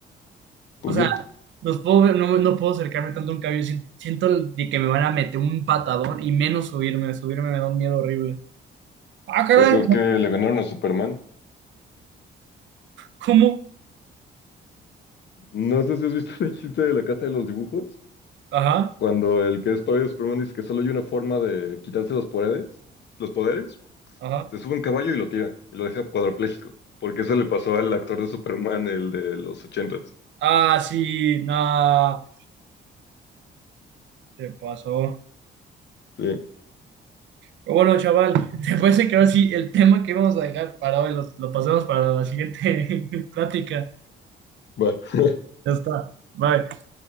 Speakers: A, on the left; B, on the right.
A: ¿Por
B: O sea,
A: qué?
B: los puedo ver- no, no puedo acercarme tanto a un caballo. si- Siento el- de que me van a meter un patadón y menos subirme. Subirme me da un miedo horrible. Ah, caray,
A: Pues es que le ganaron a Superman.
B: ¿cómo?
A: No sé si has visto <laughs> el chiste de la casa de los dibujos,
B: Ajá,
A: cuando el que es todavía Superman dice que solo hay una forma de quitarse los poderes, los poderes,
B: ajá.
A: se sube un caballo y lo tira, y lo deja cuadrapléjico, porque eso le pasó al actor de Superman, el de los ochentas.
B: Ah, sí, nada, te pasó.
A: Sí,
B: Pero Bueno, chaval, <laughs> ¿te parece que ahora sí el tema que vamos a dejar para hoy lo, lo pasemos para la siguiente <laughs> plática?
A: va.
B: Ya está, bye.